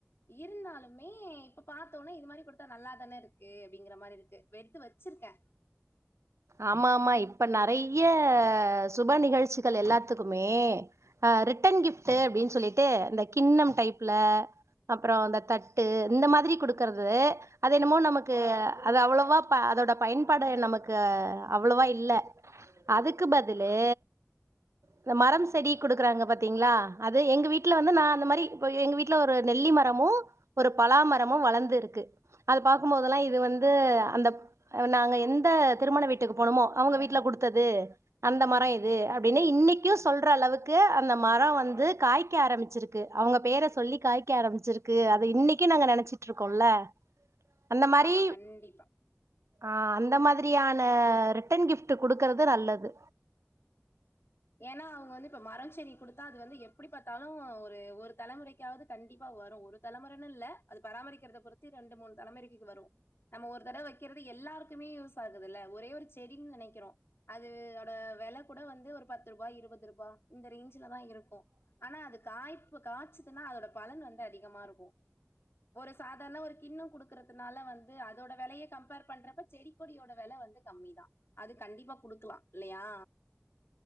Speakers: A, on the left (about 60°); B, on the right (about 80°).
A: இருந்தாலுமே இப்ப பாத்தோனா இது மாதிரி குடுத்தா நல்லாதானே இருக்கு அப்டிங்கற மாரி இருக்கு எடுத்து வச்சிருக்கே
B: ஆமா ஆமா இப்ப நெறைய சுப நிகழ்ச்சிகள் எல்லாத்துக்குமே ஆஹ் ரிட்டன் கிஃப்ட்டு அப்டின்னு சொல்லிட்டு அந்த கிண்ணம் டைப்ல அப்றோ அந்த தட்டு இந்த மாதிரி குடுக்கறது அது என்னமோ நமக்கு அது அவ்ளவா அதோட பயன்பாடு நமக்கு அவ்ளவா இல்ல அதுக்கு பதிலு இந்த மரம் செடி குடுக்குறாங்க பாத்தீங்ளா அது எங்க வீட்ல வந்து நா அந்த மாரி இப்ப எங்க வீட்ல ஒரு நெல்லி மரமு ஒரு பலாமரமு வளந்து இருக்கு அத பாக்குபோதெல்லா இது வந்து அந்த நாங்க எந்த வீட்டுக்கு போனமோ அவங்க வீட்ல குடுத்தது அந்த மரோ இது அப்டின்னு இன்னிக்கு சொல்ற அளவுக்கு அந்த மரோ வந்து காய்க்க ஆரம்பிச்சிருக்கு அவங்க பேர சொல்லி காய்க்க ஆரம்பிச்சிருக்கு க்கு அத இன்னிக்கு நாங்க நெனச்சிட்டுருக்கோல அந்த மாரி
A: ஆமா, கண்டிப்பா.
B: ஆ அந்த மாரி தியான ரிட்டன் கிஃப்ட்டு குடுக்றது நல்லது
A: ஏன்னா அவங்க வந்து இப்ப மரம் செடி குடுத்தா அது வந்து எப்டி பாத்தாலு ஒரு ஒரு தலமொறைக்காது கண்டிப்பா வரு ஒரு தலமொறன்னு இல்ல அது பராமரிக்கறத பொருத்தி ரெண்டு மூனு தலமேரிகிக்கு வரு நம்ப ஒரு தடவ வெக்கறது எல்லாருக்குமே யூஸ் ஆகுதுல ஒரே ஒரு செடின்னு நெனைக்கிறோ அது அதோட வெல கூட வந்து ஒரு பத் ரூபா இருவதுருபா இந்த ரேஞ் த தா இருக்கு ஆனா அது காய்பு காய்ச்சதுன்னா அதோட பலன் வந்து அதிகமா இருக்கு ஒரு சாதாரண ஒரு கிண்ணோ குடுக் கிறதுனால வந்து அதோட வெலைய கம்பேர் பண்றப்ப செடிக்கொடியோட வெல வந்து கம்மிதா அது கண்டிப்பா குடுக்கலா இல்லையா